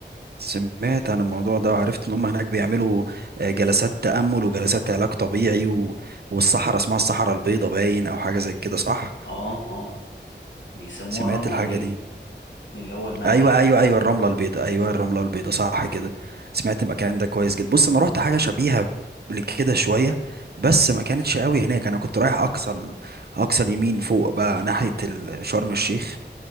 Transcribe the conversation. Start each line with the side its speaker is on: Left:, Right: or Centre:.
Right: سمعت عن الموضوع ده وعرفت إن هم هناك بيعملوا آه، جلسات تأمل وجلسات علاج طبيعي و... والصحراء اسمها الصحراء البيضاء باين أو حاجة زي كده صح؟
Left: اه اه بيسموها
Right: سمعت
Left: الرمله
Right: الحاجة
Left: البيضاء
Right: دي
Left: من اللي هو الملح
Right: ايوه ايوه ايوه الرمله البيضاء ايوه الرمله البيضاء صح كده سمعت المكان ده كويس جدا بص انا رحت حاجه شبيهه لكده شويه بس ما كانتش قوي هناك انا كنت رايح اقصى ال- اقصى اليمين فوق بقى ناحيه ال- شرم الشيخ